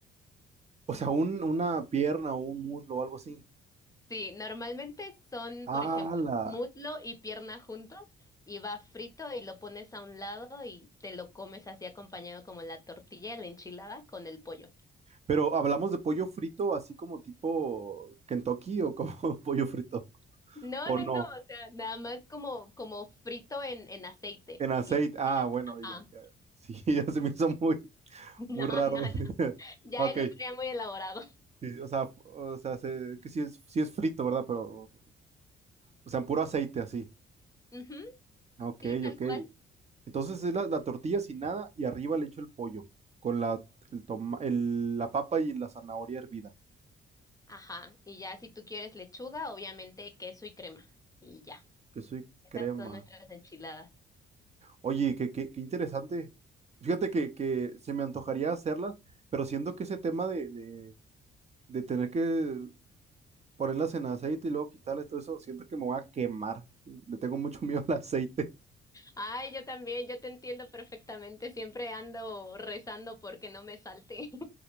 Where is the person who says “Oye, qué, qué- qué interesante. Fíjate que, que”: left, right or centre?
Right